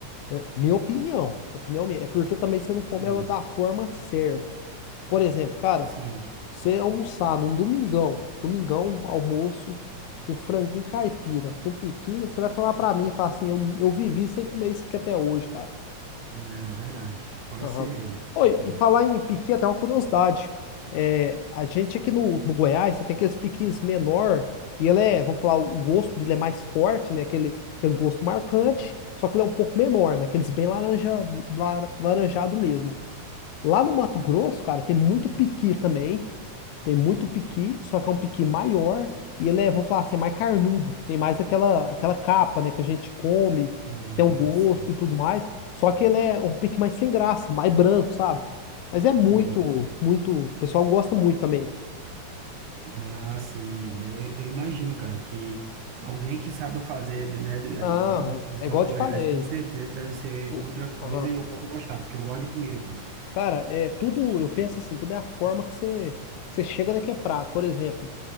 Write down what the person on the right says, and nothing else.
Sim,
sim,
é verdade. Pode
ser mesmo, pode
ser mesmo.
Nossa,
sim.
Ah, sim, eu, eu imagino, cara, que alguém que saiba fazer, né, do,
aí de- do, do
próprio
Goiás,
com certeza deve ser
outra coisa
e eu posso gostar, porque eu gosto de comida, cara.